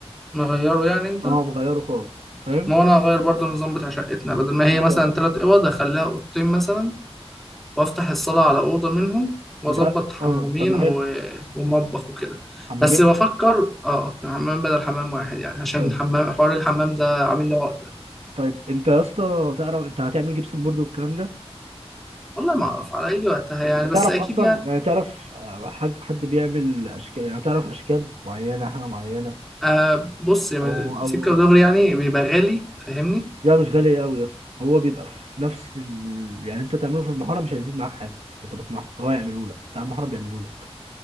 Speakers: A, in the centre; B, on the right (about 75°).
A: نغيره يعني انت
B: اه مغيره خالص فاهم
A: ما هو انا هغير برضو النظام بتاع شقتنا بدل ما هي
B: بالظبط
A: مثلا تلات اوض اخليها اوضتين مثلا وافتح الصالة على اوضة منهم واظبط
B: بتاع
A: حمامين
B: اه طب ما حلو
A: و... ومطبخ وكده
B: حمامين
A: بس بفكر اه حمام بدل حمام واحد يعني عشان
B: طيب
A: الحمام حوار الحمام ده عامل لي عقدة
B: طيب انت يا اسطى تعرف انت هتعمل جبسن بورد والكلام ده
A: والله ما اعرف على اي وقتها يعني
B: انت
A: بس
B: تعرف
A: اكيد
B: اصلا
A: يعني
B: يعني تعرف آه، حد حد بيعمل اشكال يعني تعرف اشكال معينه حاجه معينه
A: آه بص يعني
B: او
A: السكة
B: او
A: ودغري يعني بيبقى غالي فاهمني
B: لا مش غالية أوي يا اسطى هو بيبقى في نفس ال... يعني أنت تعمله في المحارة مش هيزيد معاك حاجة وأنت بتمحر هو يعمله لك بتاع المحارة بيعمله لك